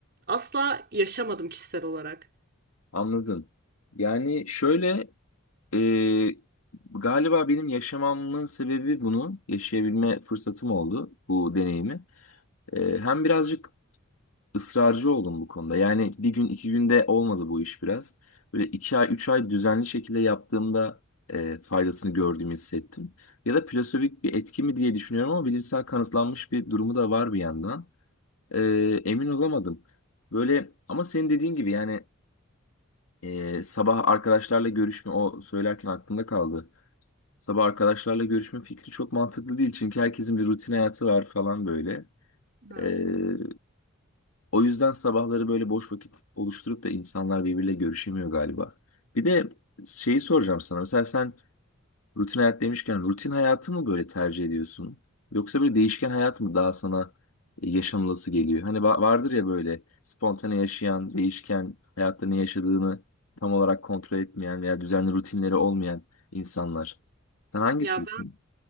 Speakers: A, on the right (about 50°); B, on the left (about 80°).
A: asla yaşamadım kişisel olarak.
B: Anladım. Yani şöyle e, galiba benim yaşamamın sebebi bunu yaşayabilme fırsatım oldu bu deneyimi. E, hem birazcık ısrarcı oldum bu konuda. Yani bir gün iki günde olmadı bu iş biraz. Böyle iki ay üç ay düzenli şekilde yaptığımda e, faydasını gördüğümü hissettim. Ya da plasebik bir etki mi diye düşünüyorum ama bilimsel kanıtlanmış bir durumu da var bir yandan. E, emin olamadım. Böyle ama senin dediğin gibi yani Ee, sabah arkadaşlarla görüşme o söylerken aklımda kaldı. Sabah arkadaşlarla görüşme fikri çok mantıklı değil çünkü herkesin bir rutin hayatı var falan böyle.
A: Hı.
B: Ee, o yüzden sabahları böyle boş vakit oluşturup da insanlar birbiriyle görüşemiyor galiba. Bir de şeyi soracağım sana. Mesela sen Rutin hayat demişken rutin hayatı mı böyle tercih ediyorsun? Yoksa böyle değişken hayat mı daha sana e, yaşanılası geliyor? Hani va- vardır ya böyle spontane yaşayan, değişken hayatta ne yaşadığını tam olarak kontrol etmeyen veya düzenli rutinleri olmayan insanlar. Sen hangisisin?
A: Ya